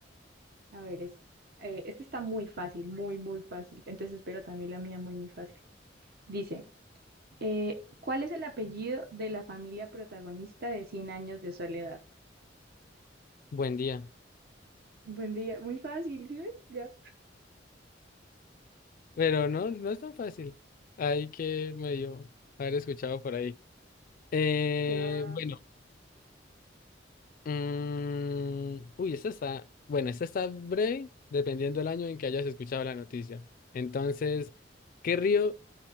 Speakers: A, on the right; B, on the left.
A: A ver, es, eh, este está muy fácil, muy, muy fácil. Entonces espero también la mía muy, muy fácil. Dice. Eh, ¿cuál es el apellido de la familia protagonista de Cien años de soledad?
B: Buen día.
A: Buen día, muy fácil, ¿sí ves? Ya
B: Pero no, no es tan fácil. Hay que medio haber escuchado por ahí. Eh,
A: que va
B: bueno, mm, uy, esta está, bueno, esta está breve, dependiendo del año en que hayas escuchado la noticia. Entonces, ¿qué río